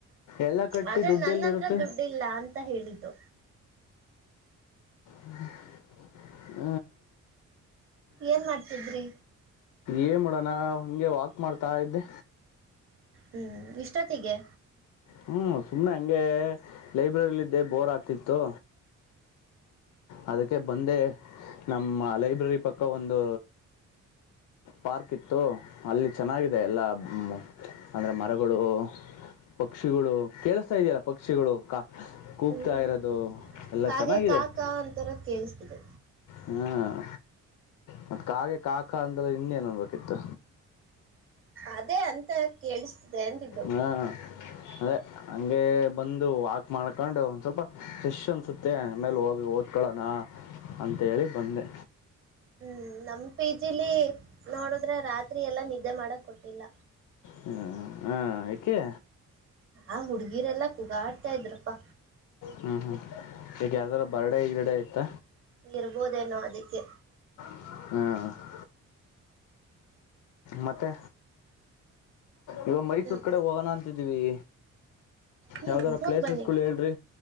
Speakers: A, on the left (about 90°); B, on the right (about 40°).
A: ಎಲ್ಲಾ ಕಟ್ಟಿ
B: ಅದೇ
A: ದುಡ್ಡು
B: ನನ್ನ
A: ಎಲ್ಲಿ
B: ಹತ್ರ
A: ಇರುತ್ತೆ.
B: ದುಡ್ಡಿಲ್ಲ ಅಂತ ಹೇಳಿದ್ದು
A: ಹ್ಮ್
B: ಏನು ಮಾಡ್ತಿದ್ರಿ
A: ಏನು ಮಾಡಣ ಹಂಗೆ ವಾಕ್ ಮಾಡ್ತ ಇದ್ದೆ.
B: ಹ್ಮ್ ಇಷ್ಟೊತ್ತಿಗೆ
A: ಹ್ಞ ಸುಮ್ಮನೆ ಹಂಗೆ ಲೈಬ್ರರಿಲ್ಲಿದ್ದೇ ಬೋರ್ ಆಗ್ತಿತ್ತು ಅದಕ್ಕೆ ಬಂದೆ ನಮ್ಮ ಲೈಬ್ರರಿ ಪಕ್ಕ ಒಂದು ಪಾರ್ಕ್ ಇತ್ತು ಅಲ್ಲಿ ಚೆನ್ನಾಗಿದೆ ಎಲ್ಲಾ ಮ ಅಂದರೆ ಮರಗಳು ಪಕ್ಷಿಗಳು ಕೆಳಸತಾ ಇದಿಯಾ ಪಕ್ಷಿಗಳು ಕಾ ಕೂಗ್ತಾ
B: ಹ್ಮ್
A: ಇರೋದು ಎಲ್ಲ
B: ಕಾಗೆ
A: ಚೆನ್ನಾಗಿದೆ.
B: ಕಾ ಕಾ ಅಂತರ ಕೇಳಿಸ್ತಿದೆ.
A: ಹ್ಮ್ ಮತ್ ಕಾಗೆ ಕಾಕ ಅಂದಲ್ಲ ಇನ್ನೇನ್ಡ್ಬೇಕಿತ್ತು.
B: ಅದೇ ಅಂತ ಕೇಳಸ <inaudible>
A: ಹಾಂ ಅದೇ ಹಂಗೆ ಬಂದು ವಾಕ್ ಮಾಡ್ಕೊಂಡು ಒಂದ್ ಸ್ವಲ್ಪ ಫ್ರೆಶ್ ಅನ್ಸುತ್ತೆ ಆಮೇಲೆ ಹೋಗಿ ಓದಕಳನ್ ಅಂತೇಳಿ ಬಂದೆ
B: ಹ್ಮ ನಮ್ ಪಿ ಜಿಲಿ ನೋಡದ್ರೆ ರಾತ್ರಿ ಎಲ್ಲಾ ನಿದ್ದೆ ಮಾಡಕ್ ಕೊಟ್ಟಿಲ್ಲ.
A: ಹ ಹಾ ಯಾಕೆ
B: ಆ ಹುಡುಗೀರೆಲ್ಲ ಕೂಗಾಡ್ತಾ ಇದ್ರಪ್ಪಾ
A: ಹ್ಮ್ ಹ್ಮ್ ಈಗ ಯಾರದಾರ ಬರ್ಡೆ ಈ್ರಡೆ ಇತ್ತ
B: ಇರ್ಬೋದೇನೋ ಅದಕ್ಕೆ
A: ಹ್ಮ್ ಮತ್ತೆ ಇವಾಗ ಮೈಸೂರು
B: ಹ್ಮ್
A: ಕಡೆ ಹೋಗೋಣ ಅಂತಿದ್ದೀವಿ.
B: ಹ್ಮ್
A: ಯಾವ್ದಾರ
B: ಹೋಗ್
A: ಪ್ಲೇಸಸ್
B: ಬನ್ನಿ
A: ಗಳು ಹೇಳ್ರಿ